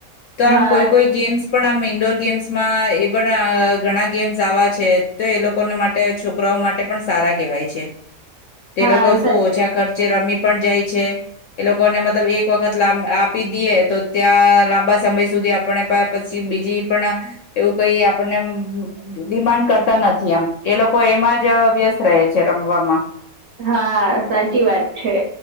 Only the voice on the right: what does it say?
હા
હા
સર
હા સાચી વાત છે